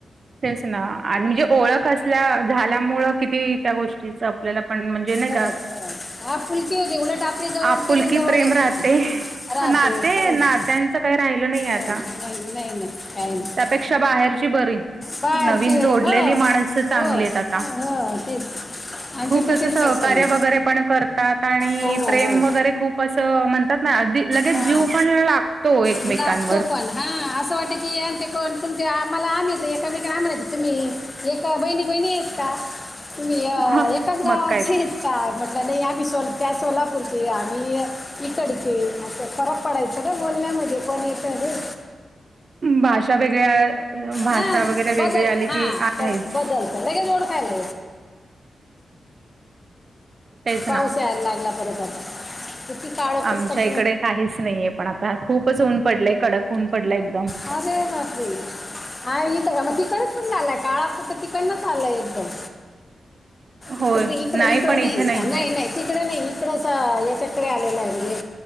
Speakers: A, on the right; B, on the left.
A: तेच ना आणि म्हणजे ओळख असल्या झाल्यामुळ किती? त्या गोष्टीच आपल्याला पण म्हणजे नाही
B: खरंच
A: का
B: होय. हा पुलकी होती उलट आपली जवळची
A: आप.... फुलकी
B: नाही जवळ
A: प्रेम
B: येत
A: राहते.
B: होती राहते
A: नाते
B: खरंच
A: नात्यांचं काही राहिलं नाही आता
B: हो, नाही नाही नाही काही नाही
A: त्यापेक्षा..... पेक्षा बाहेरची बरी.....
B: बाहेरची
A: नवीन
B: घरी
A: जोडलेली
B: हो
A: माणस चांगली
B: हो हो
A: आहेत आता.....
B: हो तेच आमचे
A: खूप
B: तसेच
A: असं सहकार्य
B: आहे सगळे
A: वगैरे..... पण करतात आणि
B: हो हो
A: प्रेम वगैरे खूप असं म्हणतात अगदी.... लगेच
B: हां
A: जीव पण लागतो एकमेकांवर....
B: लागतो पण हा असं वाटतं की आमचे ते कोण तुमच्या आम्हाला आम्हीच एकामेक आम्हाला तुम्ही.... एका बहिणी बहिणी आहेत का तुम्ही अ
A: ह
B: एकाच गावाची.....
A: मग काय तर
B: काय म्हटलं नाही आम्ही सो त्या सोलापूरचे आम्ही इकडचे..... अ फरक पडायचं ना बोलण्या मध्ये पण इथ र....
A: भाषा वेगळ्या भाषा
B: हा
A: वगैरे वेगळी
B: बदल
A: आली
B: हा
A: की आहेच
B: त्याच बदल..... लगेच गोड खायला.
A: तेच
B: पाऊस
A: ना
B: यायला लागला परत आता काळं
A: आमच्या
B: कुठं....
A: इकडे काहीच नाहीये पण आता खूपच ऊन पडलंय कडक ऊन पडलाय एकदम....
B: अे बाप्री.... हा इथं का मग तिकडच पण झालाय काळा फक्त तिकडन झालाय एकदम.....
A: होय
B: इक इकड
A: नाही
B: इकड
A: पण इथे
B: नाही
A: नाहीये
B: नाही.... तिकडे नाही इकडच याच्याकडे आलेलं आहेे....